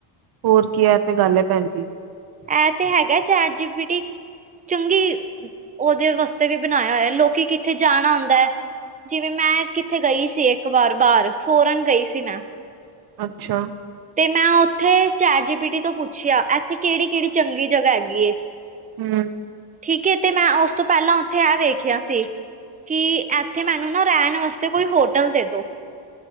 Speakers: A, on the right; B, on the right.
A: ਹੋਰ ਕੀ ਐ ਤੇ ਗੱਲ ਐ ਭੈਣ ਜੀ।
B: ਇਹ ਤੇ ਹੈਗਾ ਚੈਟ-ਜੀ-ਪੀਟੀ, ਚੰਗੀ ਉਹਦੇ ਵਾਸਤੇ ਵੀ ਬਣਾਇਆ ਹੋਇਆ ਲੋਕੀ ਕੀ ਕਿੱਥੇ ਜਾਣਾ ਹੁੰਦਾ ਏ, ਜਿਵੇਂ ਮੈਂ ਕਿੱਥੇ ਗਈ ਸੀ, ਇੱਕ ਵਾਰ ਬਾਹਰ ਫੋਰਨ ਗਈ ਸੀ ਮੈਂ
A: ਅੱਛਾ।
B: ਤੇ ਮੈਂ ਉੱਥੇ ਚੈਟ-ਜੀ-ਪੀਟੀ ਤੋਂ ਪੁੱਛਿਆ ਇੱਥੇ ਕਿਹੜੀ- ਕਿਹੜੀ ਚੰਗੀ ਜਗ੍ਹਾ ਹੈਗੀ ਏ।
A: ਹੂ
B: ਠੀਕ ਏ ਤੇ ਮੈਂ ਉਸ ਤੋਂ ਪਹਿਲਾਂ ਉੱਥੇ ਇਹ ਵੇਖਿਆ ਸੀ। ਕਿ ਇੱਥੇ ਮੈਨੂੰ ਨਾ ਰਹਿਣ ਵਾਸਤੇ ਕੋਈ ਹੋਟਲ ਦੇ ਦੋ